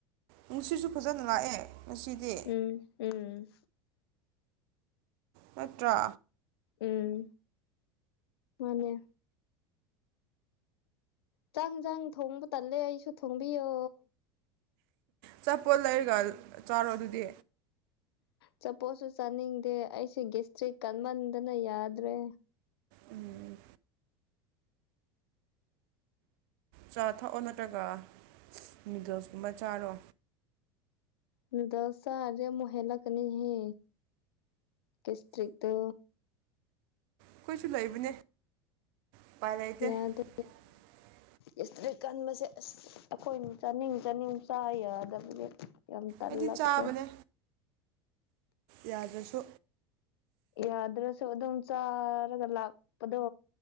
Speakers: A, on the right (about 55°); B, on the left (about 65°).
A: ꯅꯨꯡꯁꯤꯠꯁꯨ ꯐꯖꯅ ꯂꯥꯛꯑꯦ ꯉꯥꯁꯤꯗꯤ
B: ꯎꯝ ꯎꯝ
A: ꯅꯠꯇ꯭ꯔ
B: ꯎꯝ ꯃꯥꯅꯦ ꯆꯪ ꯆꯪ ꯊꯣꯡꯕ ꯇꯜꯂꯦ ꯑꯩꯁꯨ ꯊꯣꯡꯕꯤꯌꯣ
A: ꯆꯞꯄꯣꯠ ꯂꯩꯔꯒ ꯆꯥꯔꯣ ꯑꯗꯨꯗꯤ
B: ꯆꯄꯣꯠꯁꯨ ꯆꯥꯅꯤꯡꯗꯦ ꯑꯩꯁꯦ ꯇ꯭ꯔꯤꯛ ꯀꯟꯃꯟꯗꯅ ꯌꯥꯗ꯭ꯔꯦ
A: ꯎꯝ ꯆꯥ ꯊꯛꯑꯣ ꯅꯠꯇ꯭ꯔꯒ ꯅꯨꯗꯜꯁꯀꯨꯝꯕ ꯆꯥꯔꯣ
B: ꯅꯨꯗꯜ ꯆꯥꯔꯁꯨ ꯑꯃꯨꯛ ꯍꯦꯜꯂꯛꯀꯅꯤꯍꯦ ꯀꯦꯁꯇ꯭ꯔꯤꯛꯇꯣ
A: ꯑꯩꯈꯣꯏꯁꯨ ꯂꯩꯕꯅꯦ ꯎꯄꯥꯏ ꯂꯩꯇꯦ
B: ꯌꯥꯗꯦ
A: <inaudible>
B: ꯏꯁꯇ꯭ꯔꯤꯛ ꯀꯟꯕꯁꯦ ꯑꯁ ꯑꯩꯈꯣꯏꯅ ꯆꯥꯅꯤꯡ ꯆꯥꯅꯤꯡ ꯆꯥ ꯌꯥꯗꯕꯗꯤ ꯌꯥꯝ ꯇꯜꯂꯛꯈ꯭ꯔꯦ
A: ꯑꯩꯗꯤ ꯆꯥꯕꯅꯦ ꯌꯥꯗ꯭ꯔꯁꯨ
B: ꯌꯥꯗ꯭ꯔꯁꯨ ꯑꯗꯨꯝ ꯆꯥꯔꯒ ꯂꯥꯛꯄꯗꯣ